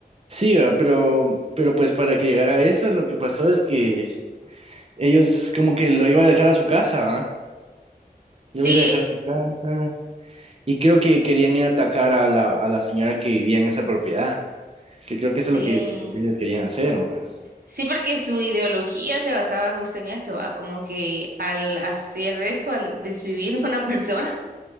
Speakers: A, on the right; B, on the right.
A: Sí, va, pero, pero pues para que llegara a eso, lo que pasó es que ellos como que lo iba a dejar a su casa, ¿va? Lo
B: Sí,
A: iba a ir a dejar a su casa. Y creo que querían ir a atacar a la, a la señora que vivía en esa propiedad, que creo que eso es
B: Sí,
A: lo que ellos querían hacer, ¿va?
B: sí, porque su ideología se basaba justo en eso, ¿va? Como que al hacer eso, al desvivir <laughs> a una persona,